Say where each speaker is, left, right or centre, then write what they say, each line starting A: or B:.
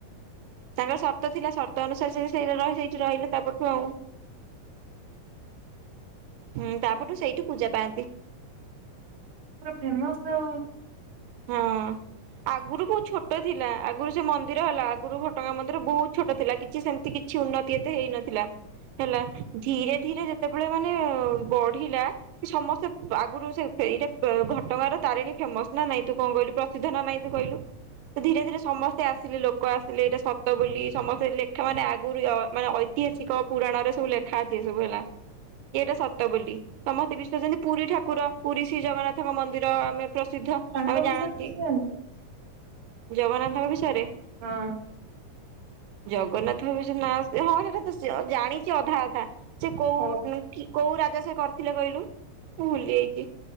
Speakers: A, on the right; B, on the right.
A: ତାଙ୍କର ସର୍ତ୍ତ ଥିଲା ସର୍ତ ଅନୁସାରେ ସେ ସେଇ ର ସେଇଠି ରହିଲେ ତାପରଠୁ ଆଉ। ହୁଁ ତାପରଠୁ ସେଇଠୁ ପୂଜା ପାଆନ୍ତି।
B: ପୁରା ଫେମସ ଆଉ।
A: ହଁ। ଆଗରୁ ବହୁତ ଛୋଟ ଥିଲା ଆଗରୁ ସେ ମନ୍ଦିର ହେଲା ଆଗରୁ ଘଟଗାଁ ମନ୍ଦିର ବହୁତ ଛୋଟ ଥିଲା କି ସେମିତି କିଛି ଉନ୍ନତି ଏତେ ହେଇନଥିଲା। ହେଲା ଧୀରେ ଧୀରେ ଯେତେବେଳେ ମାନେ ବଢିଲା ସମସ୍ତେ ଆଗରୁ ସେ ଏଇଟା ଘଟଗାଁ ର ତାରିଣୀ ଫେମସ ନା ନାଇଁ। ତୁ କଣ କହିଲୁ ପ୍ରସିଦ୍ଧ ନା ନାଇଁ ତୁ କହିଲୁ? ତ ଧୀରେ ଧୀରେ ସମସ୍ତେ ତେ ଆସିଲେ ଲୋକ ଆସିଲେ ଏଇଟା ସତ ବୋଲି ସମସ୍ତେ ଲେଖା ମାନେ ଆଗରୁ ଅ ମାନେ ଐତିହାସିକ ପୁରାଣରେ ସବୁ ଲେଖା ଅଛି ଏ ସବୁ ହେଲା। ଏଇଟା ସତ ବୋଲି ସମସ୍ତେ ବିଶ୍ୱାସ କରୁଛନ୍ତି ପୁରୀ ଠାକୁର ପୁରୀ ଶ୍ରୀ ଜଗନ୍ନାଥଙ୍କ ମନ୍ଦିର ଆମେ ପ୍ରସିଦ୍ଧ।
B: ତାଙ୍କ
A: ଆମେ
B: ବିଷୟରେ
A: ଜାଣନ୍ତି
B: କିଛି ଜାଣିଛ?
A: ଜଗନ୍ନାଥଙ୍କ ବିଷୟରେ।
B: ହଁ।
A: ଜଗନ୍ନାଥଙ୍କ ବିଷୟରେ ନାଁ ହଁ ସେଇଟା ତ ଜାଣିଛି ଅଧା ଅଧା। ସେ କୋଉ
B: ହଉ
A: କି କୋଉ ରାଜା ସେ କରିଥିଲେ କହିଲୁ ମୁଁ ଭୁଲି ଯାଇଛି।